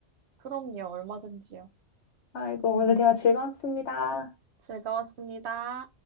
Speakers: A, on the right (about 65°); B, on the left (about 70°).
A: 그럼요. 얼마든지요.
B: 아이고, 오늘 대화 즐거웠습니다.
A: 즐거웠습니다.